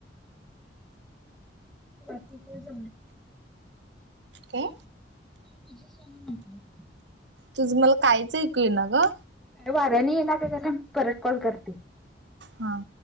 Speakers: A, in the centre; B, on the right (about 80°).
A: बाकी तो <unintelligible>
B: काय
A: तुझं सांग म्हटलं.
B: तुझं मला काहीच ऐकू येईना ग.
A: वार लई ये ना. थांब परत कॉल करते.
B: हा